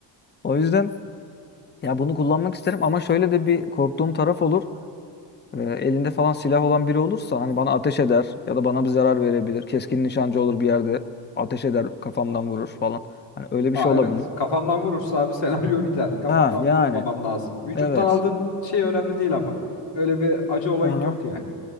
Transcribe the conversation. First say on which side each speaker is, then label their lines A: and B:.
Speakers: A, on the left (about 25°); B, on the left (about 75°).
A: O yüzden ya bunu kullanmak isterim ama şöyle de bir korktuğum taraf olur. E, elinde falan silah olan biri olursa hani bana ateş eder ya da bana bir zarar verebilir. Keskin nişancı olur bir yerde ateş eder kafamdan vurur falan. Hani öyle
B: Ha
A: bir şey olabilir.
B: evet kafandan vurursa abi <laughs> senaryo biter. Kafandan
A: Ha yani
B: vurulmaman lazım. Vücuttan
A: evet.
B: aldığın şey önemli değil ama. Öyle bir acı olayın
A: Aha.
B: yok yani.